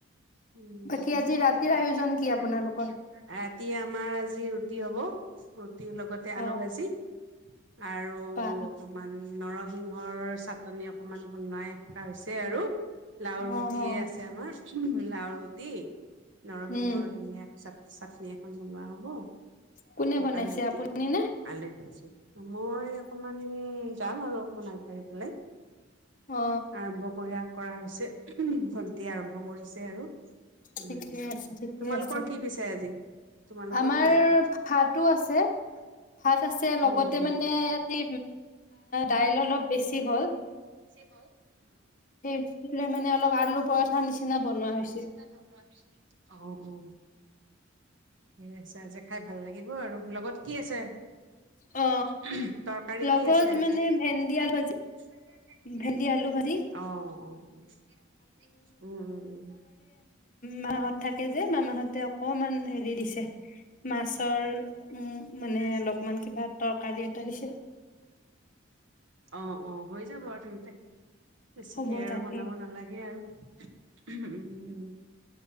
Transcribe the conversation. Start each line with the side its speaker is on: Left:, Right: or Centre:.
Right: উম
Left: বাকী আজি ৰাতিৰ
Right: <unintelligible>
Left: আয়োজন কি আপোনালোকৰ?
Right: এতিয়া আমাৰ আজি ৰুটি হ'ব। লগতে আলু
Left: অ
Right: ভাজি। আৰু
Left: বা
Right: অকমান নৰদ। সিংহৰ চাটনি অকমান বনোৱাই থকা হৈছে আৰু। লাওৰ
Left: উম
Right: গুটিয়ে আছে আমাৰ ৰ গুটি নৰসিংহৰ
Left: উম
Right: ধুনীয়া পিছত চাটনি <unintelligible> বনোৱা হ'ব।
Left: কোনে
Right: শকান
Left: বনাইছে
Right: ৰুতি
Left: আপুনি নে?
Right: <unintelligible> কৰিছে। মই অকমান যাম আৰু। আগবাঢ়ি পেলাই
Left: অ
Right: আৰম্ভ কৰি কৰা হৈছে <unintelligible> ভণ্টি আৰম্ভ কৰিছে। আৰু। উম
Left: ঠিকেই আছে ঠিকে
Right: তোমালোকৰ
Left: আছে।
Right: কি পিছে আজি তোমালোকৰ
Left: আমাৰ
Right: কি আজি
Left: ভাতো আছে, ভাত আছে লগতে
Right: উম উম
Left: মানে আজি দাইল অলপ বেছি হল।
Right: হল।
Left: সেইৰে মানে অলপ আলু পৰঠা নিচিনা বনোৱা
Right: <unintelligible>
Left: হৈছে।
Right: অ অ সেই আছে আজ খাই ভাল লাগিব আৰু। লগত কি আছে?
Left: অ
Right: <unintelligible> তৰকাৰী
Left: লগত
Right: কি আছে আজি?
Left: মানে ভেন্দি আলু ভাজি
Right: <inaudible>
Left: ভেন্দি আলু ভাজি
Right: অ অ উম উ উম
Left: ম <inaudible> থাকে যে মামাহঁতে অকমান হেৰি দিছে মাছৰ
Right: <inaudible>
Left: উম মানে অলপমান কিবা তৰকাৰী এটা দিছে
Right: অ অ হৈ যাব আৰু তাৰিছত ত বেছিকে
Left: হ'ব
Right: আৰু
Left: তাকে
Right: বনাব নালাগে আৰু। উম উ